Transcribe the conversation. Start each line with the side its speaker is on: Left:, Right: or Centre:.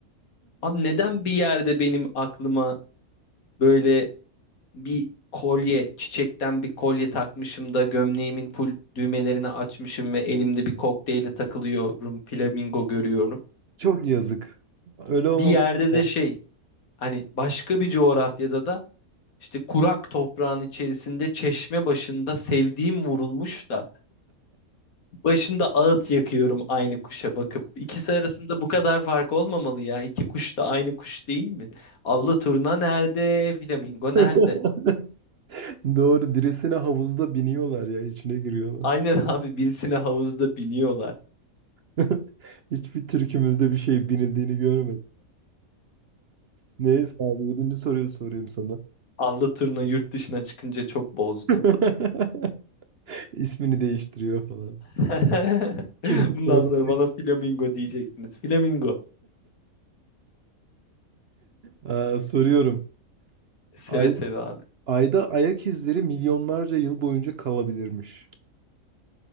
Left: Abi neden bir yerde benim aklıma böyle bir kolye, çiçekten bir kolye takmışım da gömleğimin full düğmelerini açmışım ve elimde bir kokteyle takılıyorum, flamingo görüyorum.
Right: Çok yazık. Öyle olmaması
Left: Bir yerde
Right: lazım.
Left: de şey, hani başka bir coğrafyada da işte kurak toprağın içerisinde çeşme başında sevdiğim vurulmuş da Başında ağıt yakıyorum aynı kuşa bakıp. İkisi arasında bu kadar fark olmamalı ya. İki kuş da aynı kuş değil mi? Allı turna nerede? Flamingo
Right: <laughs>
Left: nerede?
Right: Doğru. Birisine havuzda biniyorlar ya. içine giriyorlar.
Left: Aynen <laughs> abi birisine havuzda biniyorlar.
Right: <laughs> Hiçbir türkümüzde bir şey binildiğini görmedim. Neyse abi. Yedinci soruyu sorayım sana.
Left: Allı turna yurt dışına çıkınca çok bozdu.
Right: <laughs> İsmini değiştiriyor falan.
Left: <laughs>
Right: Kimlik
Left: Bundan
Right: falan.
Left: sonra bana flamingo diyeceksiniz. Flamingo.
Right: Aa, soruyorum.
Left: Seve
Right: Ay,
Left: seve abi.
Right: ayda ayak izleri milyonlarca yıl boyunca kalabilirmiş.